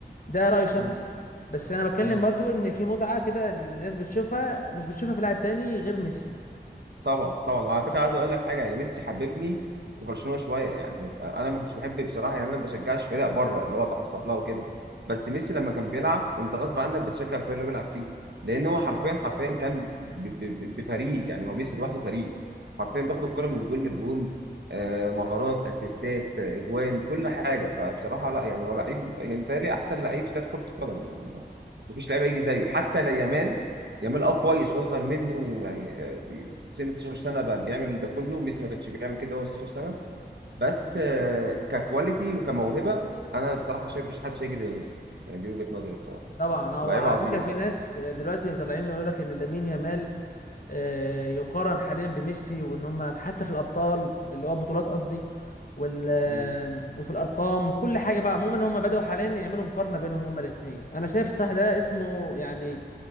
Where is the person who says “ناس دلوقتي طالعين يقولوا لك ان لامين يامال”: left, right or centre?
Left